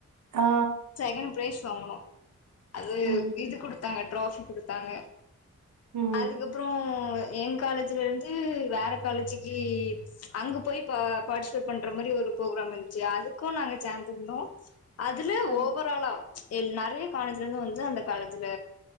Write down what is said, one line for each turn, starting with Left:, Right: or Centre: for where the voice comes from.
Right: ஆ
Left: செகண்ட் ப்ரைஸ் வாங்குனோ அது
Right: ம்
Left: இது குடுத்தாங்க ட்ராஃபி குடுத்தாங்க
Right: ம்
Left: அதுக்கப்றோ ஏ காலேஜ்ல இருந்து வேற காலேஜுக்கு அங்க போயி பா பார்டிசிபேட் பண்ற மாரி ஒரு புரோக்ராம் இருந்துச்சு அதுக்கு நாங்க சேந்துருந்தோ அதுல
Right: அ
Left: ஓவராலா எ நெறைய காலேஜ்ல இருந்து வந்து அந்த காலேஜ்ல